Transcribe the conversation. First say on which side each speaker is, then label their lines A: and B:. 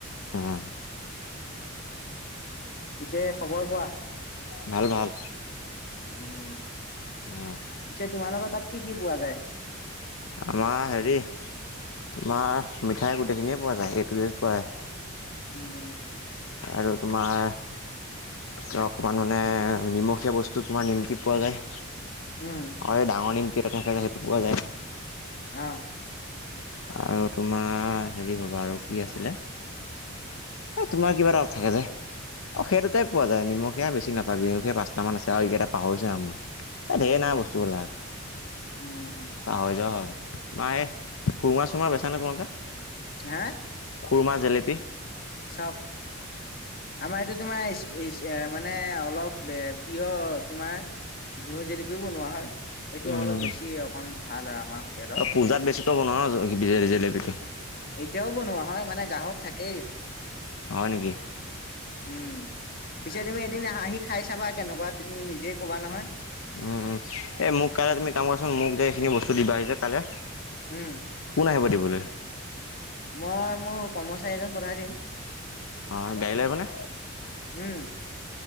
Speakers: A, on the left; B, on the left.
A: উম।
B: পিছে খবৰ কোৱা।
A: ভাল ভাল,
B: উম
A: উম।
B: পিছে তোমালোকৰ তাত কি কি পোৱা যায়?
A: আমাৰ হেৰি তোমাৰ মিঠাই গোটেইখিনিয়ে পোৱা যায় এই এ টু ডে'ত পৰা আহে।
B: উম।
A: আৰু তোমাৰ এ অকণমান মানে নিমখীয়া বস্তু তোমাৰ নিমকি পোৱা যায়।
B: উম।
A: অ এই ডাঙৰ নিমকি এটা থাকে যে, সেইটো পোৱা যায়।
B: অ।
A: আৰু তোমাৰ হেৰি হব আৰু কি আছিলে? এ তোমাৰ কিবা এটা অ থাকে যে। অ সেই দুটাই পোৱা যায়, নিমখীয়াে বেছি নেপাবি, নিমখীয়া পচটা মান আছে আৰু ইগিটা পাহৰিছো নাম মই। এই ধেই
B: উম,
A: না বস্তুবিলাক,
B: উম,
A: পাহৰি যোৱা হয়, তোমাৰে এই খুৰ্মা সূৰ্মা বেছা নে তোমালোকে?
B: হা?
A: খুৰমা জেলেপি?
B: চাওক আমাৰ এইটো তোমাৰ ইছ ইছ এ মানে অলপ অ প্ৰিয় তোমাৰ ঘিউ জেলেপিও বনোৱা হয়। এইটো
A: উম
B: অলপ বেছি অকমান ভাল আৰু আমাৰ হোটেলৰ।
A: পূজাত বেছি <unintelligible> জেলেপিটো।
B: এতিয়াও বনোৱা হয় মানে গ্ৰহক থাকেই।
A: হয় নেকি?
B: উম, পিছে তুমি
A: উম
B: এদিন আহি খাই চাবা কেনেকুৱা তুমি নিজে কবা নহয়।
A: উম উম এই মোক কাইলে তুমি কাম কৰাচোন মোক যে এইখিনি বস্তু দিবাহিচোন কাইলে।
B: উম।
A: কোন আহিব দিবলৈ?
B: মই মোৰ কৰ্মচাৰী এজন পঠাই দিম।
A: অ গাড়ী লৈ আহিব নে?
B: উম।